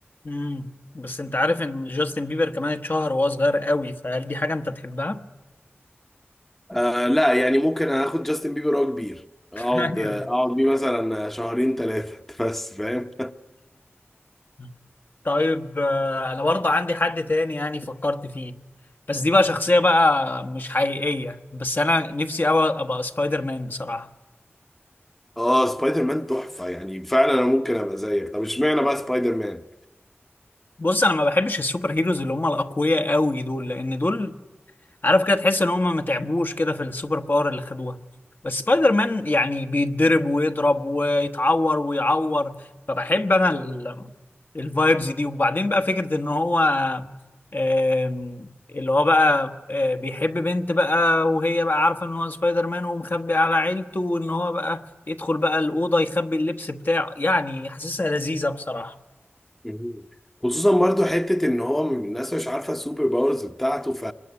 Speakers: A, on the left; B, in the centre.
A: امم بس انت عارف ان جاستن بيبر كمان اتشهر وهو صغير قوي فهل دي حاجة انت تحبها؟
B: آه لا يعني ممكن اخد جاستن بيبر وهو كبير اقعد
A: <laughs> ايوه
B: اقعد بيه مثلا شهرين ثلاثه <laughs> بس فاهم
A: <laughs> طيب آه، انا برضه عندي حد تاني يعني فكرت فيه بس دي بقى شخصية بقى مش حقيقية بس انا نفسي قوي ابقى سبايدر مان بصراحة
B: اه سبايدر مان تحفه يعني فعلا انا ممكن ابقى زيك طب اشمعنى بقى سبايدر مان
A: بص انا ما بحبش السوبر هيروز اللي هم الاقوياء قوي دول لان دول عارف كده تحس ان هم ما تعبوش كده في السوبر باور اللي خدوها بس سبايدر مان يعني بيتضرب ويضرب ويتعور ويعور فبحب انا ال- الفايبز دي وبعدين بقى فكرة ان هو آم، اللي هو بقى آه، بيحب بنت بقى وهي بقى عارفة ان هو سبايدر مان ومخبي على عيلته وان هو بقى يدخل بقى الأوضة يخبي اللبس بتاعه يعني حاسسها لذيذة بصراحة
B: مم. خصوصا برضو حتة ان هو من الناس مش عارفة السوبر باورز بتاعته ف...